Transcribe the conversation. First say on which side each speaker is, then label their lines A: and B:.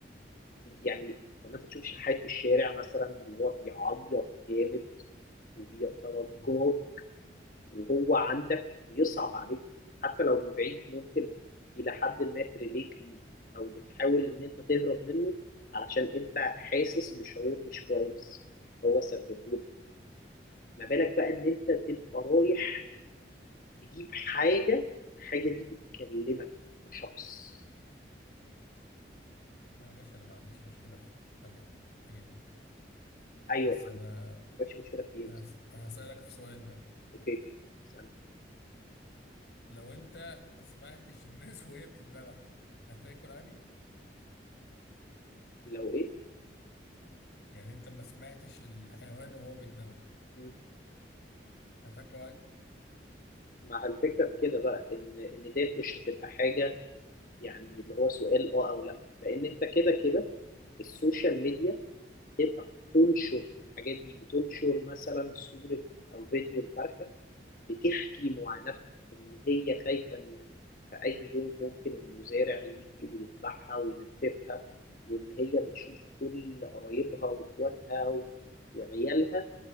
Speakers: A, on the left; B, on the left.
A: يعني لما انت تشوف شحات في الشارع مثلا اللي هو بيعيط جامد وبيترجى
B: <laughs>
A: وهو عندك بيصعب عليك حتى لو من بعيد ممكن إلى حد ما تريليت ليه أو بتحاول إن أنت تهرب منه علشان أنت حاسس بشعور مش كويس هو سببهولك ما بالك بقى إن أنت تبقى رايح تجيب حاجة الحاجة دي بتكلمك كشخص
B: لا ماشي انا ما عنديش مشكلة في حاجة الحاجات دي
A: أيوه
B: بس
A: ما
B: انا
A: عندكش مشكلة في إيه
B: هس...
A: بالظبط
B: هسألك في سؤال لك.
A: أوكي اسأل
B: لو انت ما سمعتش الناس <laughs> وهي بتتذبح هتاكل عادي
A: لو إيه
B: يعني انت ما سمعتش الحيوان وهو بيتذبح
A: مم.
B: هتاكله عادي
A: مع الفكرة في كده بقى إن إن ديت مش هتبقى حاجة يعني اللي هو سؤال أه أو لأ لأن أنت كده كده السوشيال ميديا تبقى بتنشر الحاجات دي بتنشر مثلا صورة أو فيديو الفرخة بتحكي معاناتها إن هي خايفة إن في أي يوم ممكن المزارع يجي ويذبحها وينتفها وإن هي بتشوف كل قرايبها وإخواتها و- وعيالها